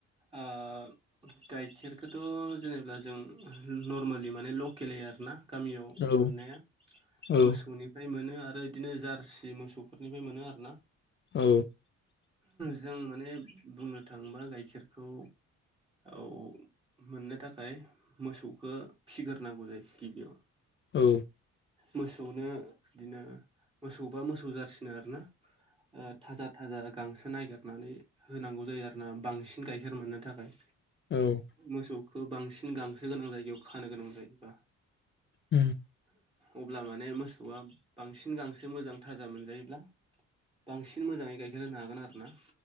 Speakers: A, on the right (about 15°); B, on the left (about 40°).
A: ओ गाइखेरखौथ' जेनेबा जों नरमेलि माने लकेलै आरोना गामियाव
B: औ
A: मोननाया
B: औ
A: मोसौनि फ्राय मोनो आरो बिदिनो जारसि मोसौफोरनिफ्राय मोनो आरोना
B: औ
A: जों माने बुंनो थाङोबा गाइखेरखौ औ मोननो थाखाय मोसौखौ फिसिग्रोनांगौ जायो गिबियाव
B: औ
A: मोसौनो बिदिनो मोसौबा मोसौ जारसिनो आरोना थाजा थाजा गांसो नागिरनानै होनांगौ जायो आरो ना बांसिन गाइखेर मोननो थाखाय
B: औ
A: मोसौखौ बांसिन गांसो गोनां जायगायाव खानो गोनां जायोबा
B: उम
A: अब्ला माने मोसौआ बांसिन गांसो मोजां थाजा मोनजायोब्ला बांसिन मोजाङै गाइखेर होनो हागोन आरोना